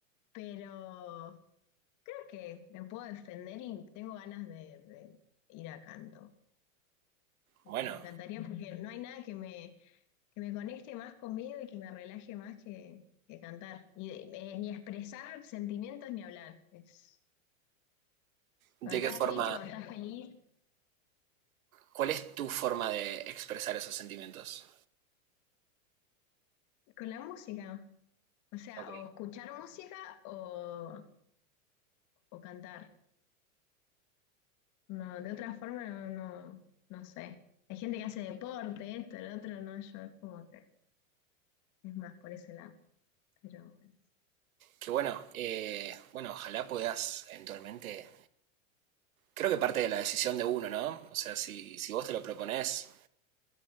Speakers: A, on the left; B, on the right.
A: pero creo que me puedo defender y tengo ganas de, de ir a canto. Me
B: bueno,
A: encantaría <laughs> porque no hay nada que me, que me conecte más conmigo y que me relaje más que, que cantar. Y, eh, ni expresar sentimientos ni hablar. Es,
B: ¿de
A: cuando
B: qué
A: estás
B: forma?
A: triste, cuando estás feliz,
B: ¿Cuál es tu forma de expresar esos sentimientos?
A: con la música. O sea,
B: Ok,
A: o escuchar música o, o cantar. No, de otra forma no, no, no sé. Hay gente que hace deporte, esto, el otro, no, yo es como que es más por ese lado. Pero bueno.
B: qué bueno, eh, bueno, ojalá puedas eventualmente... Creo que parte de la decisión de uno, ¿no? O sea, si, si vos te lo propones,